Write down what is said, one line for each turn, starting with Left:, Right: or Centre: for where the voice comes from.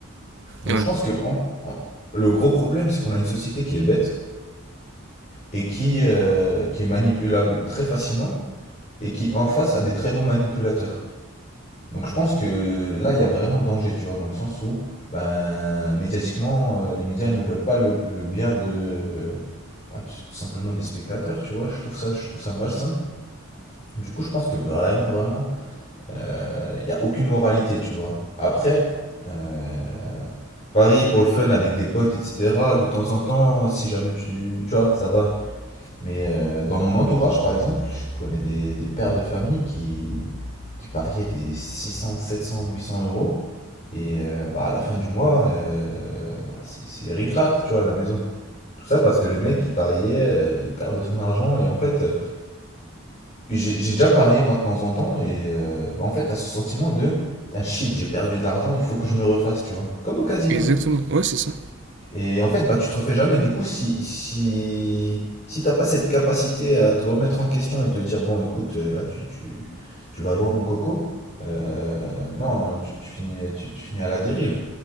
Left: Donc,
Right: Ouais,
Left: je pense que en- en- le gros problème, c'est qu'on a une société qui est bête et qui, euh, qui est manipulable très facilement et qui en face a des très bons manipulateurs. Donc je pense que là, il y a vraiment danger, tu vois, dans le sens où, ben, médiatiquement, euh, les médias ne veulent pas le, le bien de, euh, ben, tout tout simplement des spectateurs, tu vois. Je trouve ça, je trouve ça malsain. Du coup, je pense que vraiment, vraiment, euh, il n'y a aucune moralité, tu vois. Après, euh, parier pour le fun avec des potes, etc., de temps en temps, si jamais tu, tu vois, ça va. Mais euh, dans mon entourage, par exemple, je connais des, des pères de famille qui, qui pariaient des 600, 700, 800 euros. Et euh, bah, à la fin du mois, euh, bah, c'est c'est ric-rac, tu vois, à la maison. Tout ça parce que le mec, il pariait, euh, il perdait son argent. Et en fait, euh, j'ai j'ai déjà parié, moi, de temps en temps. Et euh, bah, en fait, t'as ce sentiment de, putain, shit, j'ai perdu de l'argent, il faut que je me refasse, tu vois. Comme au casino.
Right: exactement. Ouais, c'est ça.
Left: Et en fait, bah, tu te refais jamais. Du coup, si, si, si t'as pas cette capacité à te remettre en question et te dire, bon, écoute, euh, là, tu, tu, tu vas loin, mon coco, euh, non, euh, tu, tu finis, tu, tu finis à la dérive.